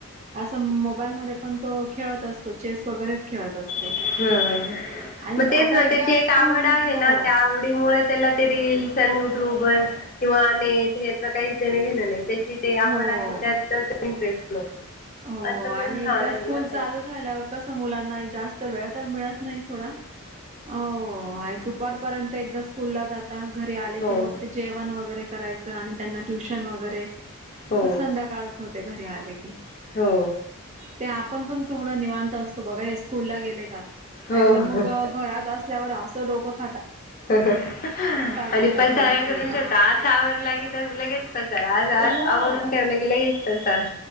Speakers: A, on the right (about 30°); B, on the left (about 40°).
A: असं मोबाईल म पण तो खेळत असो चे वैगेरे गरे खेळत असतो
B: हम्म..
A: आणि
B: मग तेच
A: आता
B: ना,
A: एकदा
B: त्याची एक
A: स्कूल
B: आवड आहे. हे
A: हो.
B: ना त्या आवडीमुळे त्याला ते रील युट्यूबर किंवा नेट याच काहीच देणं घेणं नाही. त्याची ते
A: हो.
B: आवड आहे. त्यात इंटरेस्ट
A: हो
B: असं
A: आणि
B: पण छान
A: एकदा
B: आहे
A: स्कूल
B: ना काहीतरी
A: चालू झाल्यावर कस मुलांना जास्त वेळ तर मिळत नाही सोडा. हो आणि दुपारपर्यंत एकदा स्कूल ला जाता घरी आले
B: हो
A: की मग ते जेवण वगैरे कराय- आणि त्यांना ट्युशन वगैरे,
B: हो
A: संध्याकाळच होते घरी आले की,
B: हो
A: ते आपण पण थोडं निवांत असतो. बघा हे स्कूल ला गेले का.
B: हो
A: नाही तर मग घरात असल्यावर असं डोकं दुखत.
B: हा हा आणि
A: देता
B: पसारा
A: घरी असेल
B: करून
A: तर.
B: ठेवता असा आवरला की तर लगेच पस तर आज आवरून
A: हो
B: ठेवलं गेलं की लगेच पसारा